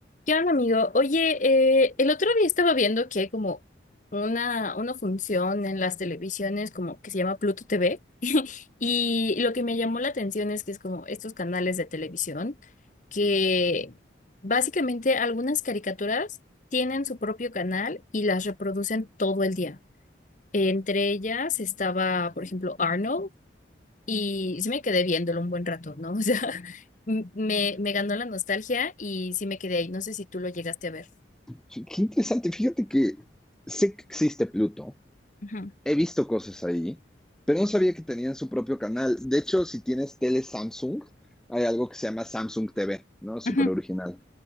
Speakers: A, on the left; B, in the centre.
A: ¿Qué onda, amigo? Oye, eh, el otro día estaba viendo que hay como una, una función en las televisiones como que se llama Pluto TV y lo que me llamó la atención es que es como estos canales de televisión que básicamente algunas caricaturas tienen su propio canal y las reproducen todo el día. Entre ellas estaba, por ejemplo, Arnold y sí me quedé viéndolo un buen rato, ¿no? <laughs> O sea, m- me, me ganó la nostalgia y sí me quedé ahí. No sé si tú lo llegaste a ver.
B: Sí, Qué interesante. Fíjate que sé que existe Pluto.
A: Ujú,
B: He visto cosas ahí, pero no sabía que tenían su propio canal. De hecho, si tienes tele Samsung, hay algo que se llama Samsung TV, ¿no? Súper
A: ujú.
B: original.